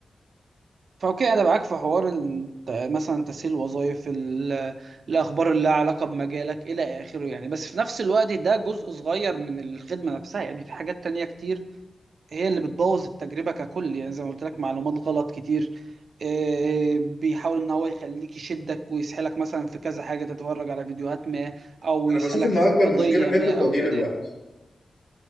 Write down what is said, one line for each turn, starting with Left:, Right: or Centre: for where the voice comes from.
Right: فأوكي أنا معاك في حوار ال- مثلا تسهيل وظائف ال- الأخبار اللي لها علاقة بمجالك إلى آخره يعني بس في نفس الوقت ده جزء صغير من الخدمة نفسها يعني في حاجات تانية كتير هي اللي بتبوظ التجربة ككل يعني زي ما قلت لك معلومات غلط كتير آه، بيحاول إن هو يخليك يشدك ويسحلك مثلا في كذا حاجة تتفرج على فيديوهات ما أو
Left: انا
Right: يسحلك
Left: بشوف ان
Right: في
Left: اكبر
Right: قضية
Left: مشكله حته
Right: ما أو
Left: تضييع
Right: كده
Left: الوقت
Right: يعني